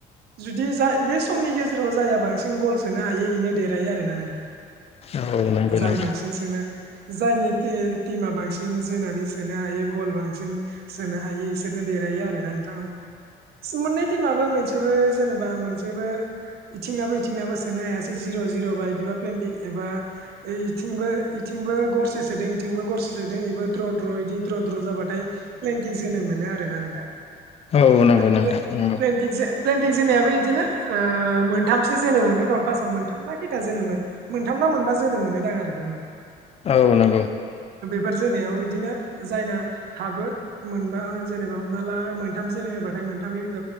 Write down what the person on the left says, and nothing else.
औ नंगौ
नंगौ
औ नंगौ नोंथां नंगौ
औ नंगौ।